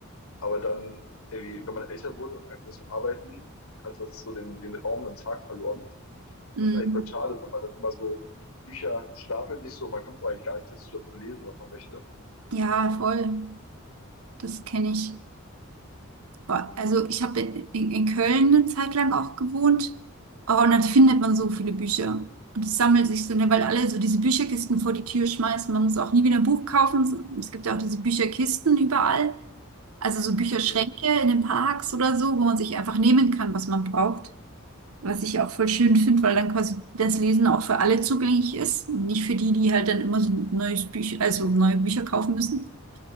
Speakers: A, on the left; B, on the right.
A: Aber dann, irgendwie, wenn man älter wurde und einfach zu arbeiten, hat das so den, den Raum im Tag verloren.
B: mm,
A: Das ist eigentlich voll schade, weil man dann immer so Bücher stapelt sich so und man kommt eigentlich gar nicht dazu, das zu lesen, was man möchte.
B: ja, voll. Das kenne ich. Boah,
A: Mhm.
B: Also ich habe in, in in Köln eine Zeit lang auch gewohnt. Oh, und dann findet man so viele Bücher. Und es sammelt sich so, ne, weil alle so diese Bücherkisten vor die Tür schmeißen. Man muss auch nie wieder ein Buch kaufen. Es gibt ja auch diese Bücherkisten überall. Also so Bücherschränke
A: Mhm.
B: in den Parks oder so, wo man sich einfach nehmen kann, was man braucht. Was ich auch voll schön finde, weil dann quasi das Lesen auch für alle zugänglich ist und nicht für die, die halt dann immer so ein neues Büch, also neue Bücher kaufen müssen.